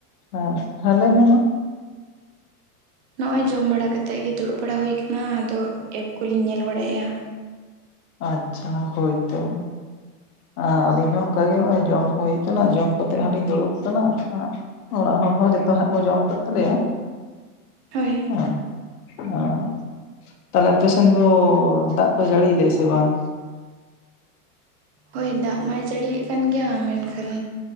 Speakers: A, on the left; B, on the right.
A: ᱦᱮᱸ ᱦ ᱞᱟᱹᱭ ᱢᱮ ᱢᱟ
B: ᱱᱚᱜᱼ ᱚᱚᱭ ᱡᱚᱢ ᱵᱟᱲᱟ ᱠᱟᱛᱮᱫ ᱜᱮ ᱫᱩᱲᱩᱵ ᱵᱟᱲᱟ ᱦᱩᱭ ᱟᱠᱟᱱᱟ ᱟᱫᱚ ᱮᱯ ᱠᱚᱞᱤᱧ ᱧᱮᱞ ᱵᱟᱲᱟᱭᱮᱫᱼᱟ
A: ᱟᱪᱪᱷᱟ ᱦᱳᱭᱛᱚ ᱟᱸ ᱟᱹᱞᱤᱧ ᱦᱚᱸ ᱚᱱᱠᱟ ᱜᱮ ᱱᱚᱜ-ᱚᱭ ᱡᱚᱢ ᱦᱚᱭ ᱠᱟᱱᱟ, ᱡᱚᱢ ᱠᱟᱛᱮᱜ ᱦᱟᱸᱜ ᱞᱤᱧ ᱫᱩᱲᱩᱵ ᱠᱟᱱᱟ, ᱦᱟᱸᱜᱼᱼ ᱚᱲᱟᱜ ᱦᱚᱲ ᱦᱚᱸ ᱡᱚᱛᱚ ᱦᱟᱸᱜ ᱠᱚ ᱡᱚᱢ ᱠᱟᱜ ᱛᱟᱞᱮᱭᱟ᱾
B: ᱦᱳᱭ
A: <unintelligible> ᱛᱟᱦᱞᱮ ᱟᱯᱮᱥᱱ ᱫᱚ ᱫᱟᱜ ᱠᱚ ᱡᱟᱹᱲᱤᱭ ᱫᱟᱭ ᱥᱮ ᱵᱟᱝ
B: ᱦᱳᱭ ᱫᱟᱜ ᱢᱟᱭ ᱡᱟᱹᱲᱤᱭᱮᱫ ᱠᱟᱱ ᱜᱮᱭᱟ ᱢᱮᱱᱠᱷᱟᱱ